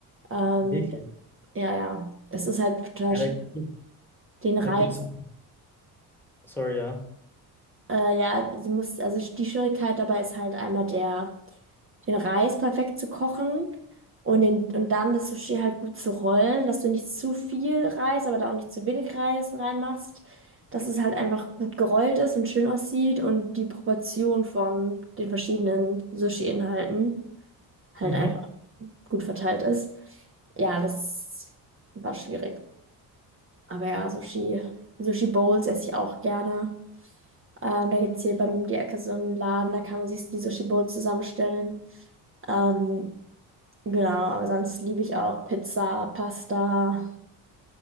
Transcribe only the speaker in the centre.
wirklich.
Ja,
da, gibt-
da
gibt es. Sorry, ja.
Mhm.